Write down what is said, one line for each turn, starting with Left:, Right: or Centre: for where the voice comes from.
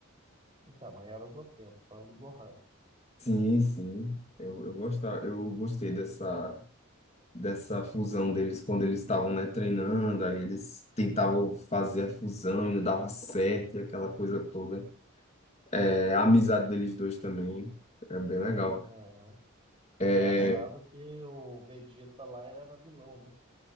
Right: Então, mas era o Goten, eu tô falando do Gohan.
Left: Sim, sim. Eu, eu gostava, eu gostei dessa. dessa fusão deles quando eles estavam, né, treinando, aí eles tentavam fazer a fusão e não dava certo e aquela coisa toda. É, a amizade deles dois também é bem legal.
Right: Aham.
Left: É,
Right: Engraçado que o Vegeta lá ele era vilão, né?